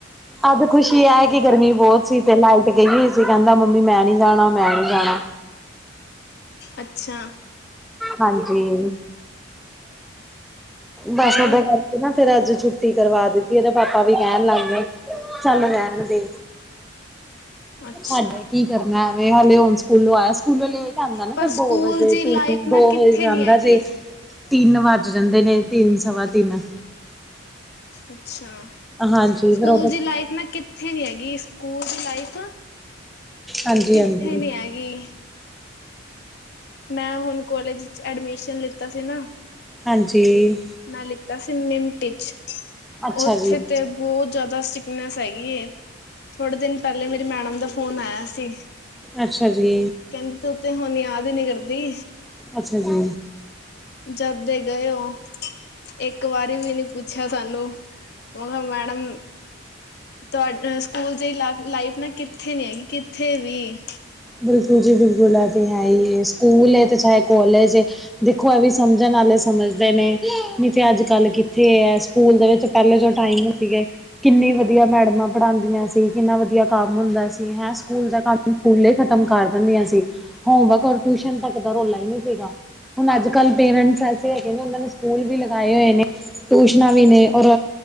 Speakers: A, in the centre; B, on the left.
A: ਅੱਜ ਖੁਸ਼ੀ ਐ ਕਿ ਗਰਮੀ ਬਹੁਤ ਸੀ, ਤੇ ਲਾਈਟ ਗਈ ਹੋਈ ਸੀ ਕਹਿੰਦਾ ਮੰਮੀ ਮੈਂ ਨੀ ਜਾਣਾ ਮੈਂ ਨੀ ਜਾਣਾ
B: ਅੱਛਾ
A: ਹਾਂਜੀ ਬਸ
B: ਹੋਰ
A: ਓਦੇ ਕਰਕੇ ਨਾ ਫਿਰ ਅੱਜ ਛੁੱਟੀ ਕਰਵਾ ਦਿੱਤੀ। ਇਹਦੇ ਪਾਪਾ ਵੀ ਕਹਿਣ ਲੱਗ ਗਏ ਚੱਲ ਰਹਿਣ ਦੇ
B: ਅੱਛਾ
A: ਛਾਫ ਕੀ ਕਰਨਾ ਐਵੇਂ, ਹਾਲੇ ਸਕੂਲੋਂ ਆਇਆ ਸਕੂਲੋ ਲੇਟ ਜਾਂਦਾ ਨਾ
B: ਪਰ
A: ਫਿਰ ਦੋ
B: ਸਕੂਲ
A: ਵਜੇ
B: ਦੀ
A: ਤਿੰਨ
B: ਲਾਈਫ
A: ਦੋ
B: ਨਾ
A: ਵਜੇ
B: ਕਿੱਥੇ
A: ਜਾਂਦਾ
B: ਨੀ ਹੈਗੀ
A: ਸੀ। ਤਿੰਨ ਵੱਜ ਜਾਂਦੇ ਨੇ ਤਿੰਨ ਸਵਾ ਤਿੰਨ
B: ਅੱਛਾ
A: ਹਾਂਜੀ
B: ਸਕੂਲ
A: ਫਿਰ ਉਹਦੇ
B: ਦੀ ਲਾਈਫ ਨਾ ਕਿ ਕਿੱਥੇ ਨੀ ਹੈਗੀ ਸਕੂਲ ਦੀ ਲਾਈਫ
A: ਹਾਂਜੀ
B: ਕਿੱਥੇ
A: ਹਾਂਜੀ
B: ਨੀ ਹੈਗੀ। ਮੈਂ ਹੁਣ ਕੌਲਜ ਚ ਐਡਮਿਸ਼ਨ ਲਿਤਾ ਸੀ ਨਾ।
A: ਹਾਂਜੀ।
B: ਮੈਂ ਲਿੱਤਾ ਸੀ ਮਿੰਟ ਇਚ
A: ਅੱਛਾ
B: ਉੱਥੇ
A: ਜੀ
B: ਤੇ ਬਹੁਤ ਜਯਾਦਾ ਸਿਕਨੈਸ ਹੈਗੀ ਏ ਥੋੜ੍ਹੇ ਦਿਨ ਪਹਲੇ ਮੇਰੀ ਮੈਡਮ ਦਾ ਫ਼ੋਨ ਆਇਆ ਸੀ।
A: ਅੱਛਾ ਜੀ।
B: ਕੈਂਹਦੀ ਤੂੰ ਤੇ ਹੁਣ ਯਾਦ ਈ ਨੀ ਕਰਦੀ।
A: ਅੱਛਾ ਜੀ।
B: ਜਦ ਦੇ ਗਏ ਓ। ਇੱਕ ਵਾਰੀ ਵੀ ਨੀ ਪੁੱਛਿਆ ਸਾਨੂੰ, ਮੈਂ ਕਿਹਾ ਮੈਡਮ ਤੁਹਾਡ ਸਕੂਲ ਜਈ ਲਾਈਫ ਨਾ ਕਿੱਥੇ ਨੀ ਹੈਗੀ ਕਿੱਥੇ ਵੀ
A: ਬਿਲਕੁਲ ਜੀ ਬਿਲਕੁਲ ਐ ਤੇ ਹੈ ਈ ਐ, ਸਕੂਲ ਏ ਤੇ ਚਾਹੇ ਕੋਲਜ ਦੇਖੋ ਇਹ ਵੀ ਸਮਝਣ ਵਾਲੇ ਸਮਝਦੇ ਨੇ, ਨਹੀਂ ਤੇ ਅੱਜ- ਕੱਲ੍ਹ ਕਿੱਥੇ ਏ ਸਕੂਲ ਦੇ ਵਿੱਚ ਪਹਲੇ ਜੋ ਟਾਈਮ ਸੀਗੇ ਕਿੰਨੀ ਵਧੀਆ ਮੈਡਮਾਂ ਪੜ੍ਹਾਂਦੀਆਂ ਸੀ। ਕਿੰਨਾ ਵਧੀਆ ਕੰਮ ਹੁੰਦਾ ਸੀ, ਹੈਂ ਸਕੂਲ ਦਾ ਕੰਮ ਸਕੂਲ ਕੰਮ ਕਰ ਦਿੰਦੀਆਂ ਸੀ, ਹੋਮਵਰਕ ਔਰ ਟਿਊਸ਼ਨ ਤੱਕ ਦਾ ਰੋਲਾ ਈ ਨੀ ਸੀਗਾ। ਹੁਣ ਅੱਜ-ਕੱਲ੍ਹ ਪੇਰੈਂਟਸ ਐਸੇ ਹੈਗੇ ਨੇ ਉਨਾਂ ਨੇ ਸਕੂਲ ਵੀ ਲਗਾਏ ਹੋਏ ਨੇ ਟਊਸ਼ਨਾਂ ਵੀ ਨੇ ਔਰ